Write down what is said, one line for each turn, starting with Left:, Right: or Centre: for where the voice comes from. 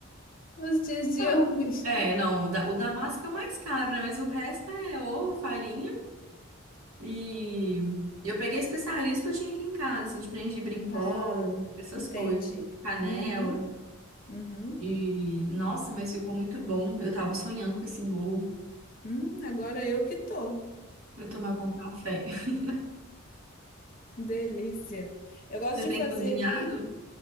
Left: nos dias de
Right: não.
Left: hoje.
Right: É, não, o da, o da massa que é o mais caro, né? Mas o resto é ovo, farinha. E eu peguei especiarias que eu tinha aqui em casa, assim, tipo gengibre em pó,
Left: Ah,
Right: essas
Left: entendi.
Right: coisas, canela.
Left: Uhum, uhum.
Right: E, nossa, mas ficou muito bom. Eu tava sonhando com esse bolo
Left: Hum, agora eu que tô.
Right: pra eu tomar com café. <laughs>
Left: Delícia. Eu gosto
Right: Você
Left: de
Right: tem
Left: fazer
Right: cozinhado?
Left: aqui.